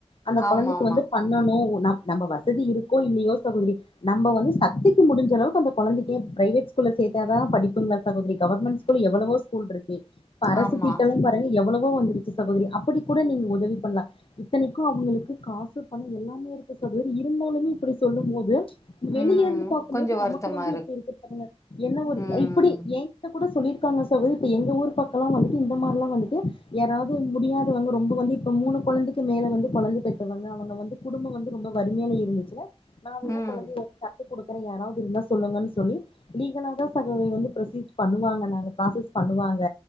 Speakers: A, on the left (about 65°); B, on the left (about 30°).
A: அந்த
B: ஆமாமா
A: கொழந்தைக்கு வந்து பாத் பண்ணனு நம்ம வசதி இருக்கோ இல்லையோ சகோதரி நம்ம வந்து சக்திக்கு முடிஞ்சளவுக்கு அந்த கொழந்தைக்கே பிரைவேட் ஸ்கூல்ல சேர்த்த தா படிப்புங்களா சகோதரி கவர்மெண்ட்ஸ்கூல் எவ்ளவோ ஸ்கூல்ருக் கு இப்ப அரசு
B: ஆமா
A: திட்டல்லா பாருங்க எவ்ளவோ வந்துருச்சு சகோதரி அப்படி கூட நீங்க உதவி பண்லா இத்தனைக்கு அவங்களுக்கு காசு பணம் எல்லாமே இருக்கு சகோதரி இருந்தாலுமே இப்டி சொல்லும் போது வெளியே
B: ம்
A: இருந்து பாக்கும்போது
B: கொஞ்சோ
A: நமக்கு
B: வருத்தமா
A: வந்து எப்டி இருக்கு பாருங்க என்ன ஒரு
B: ம்
A: இப்டி ஏ கூட சொல்லிருக்காங்க இப்ப எங்க ஊர் பக்கலா வந்துட்டு இந்த மாரில்லா வந்துட்டு யாராவது முடியாதவங்க ரொம்ப வந்து இப்ப மூணு கொழந்தைக்கு மேல வந்து குழந்தை பெத்தவங்க அவங்க வந்து குடும்பம் வந்து ரொம்ப வறுமையில இருந்துச்சுனா நா வேணா
B: ம்
A: கொழந்தைய தத்துக்டுக்கறே யாராவது இருந்தா சொல்லுங்கன் சொல்லி லீகலா தா சகோதரி வந்து ப்ரொசீஸ் பண்ணுவாங்க நாங்க ப்ராசஸ் பண்ணுவாங்க